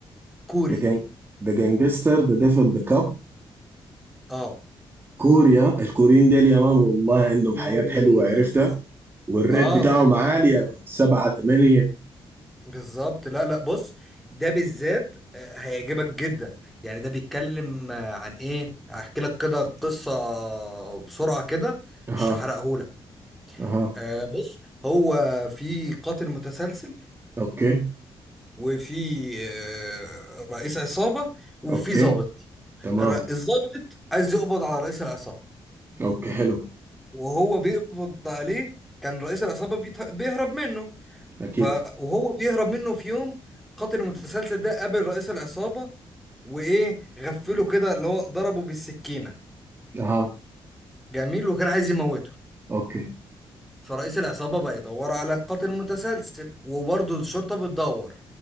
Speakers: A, in the centre; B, on the right.
A: كوري
B: ذا جانج ذا جانجستر ذا ديفل ذا كاب
A: اه
B: كوريا الكوريين ديل يا مان والله عندهم
A: كوري
B: حياة حلوة
A: يس
B: عرفتها والريت
A: اه
B: بتاعهم
A: طبعا
B: عالي يا مان سبعة تمانية
A: بالظبط لا لا بص ده بالذات آه، هيعجبك جدا يعني ده بيتكلم آه، عن ايه هحكي لك كده قصة بسرعة كده
B: اها
A: مش هحرقهولك
B: اها
A: آه، بص هو في قاتل متسلسل
B: اوكي
A: وفي آه، رئيس عصابة وفي
B: اوكي
A: ضابط
B: تمام
A: الر- الضابط عايز يقبض على رئيس العصابة
B: اوكي حلو
A: وهو بيقبض عليه كان رئيس العصابة بيت- بيهرب منه
B: اكيد
A: ف وهو بيهرب منه في يوم قاتل المتسلسل ده قابل رئيس العصابة وإيه غفله كده اللي هو ضربه بالسكينة
B: اها
A: جميل وكان عايز يموته
B: اوكي
A: فرئيس العصابة بقى يدور على القاتل المتسلسل وبرضه الشرطة بتدور